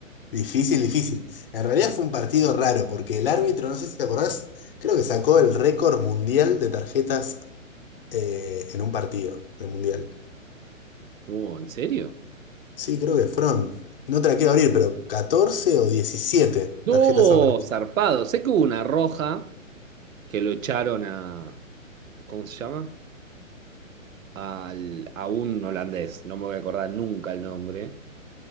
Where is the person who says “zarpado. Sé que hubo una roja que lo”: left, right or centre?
Right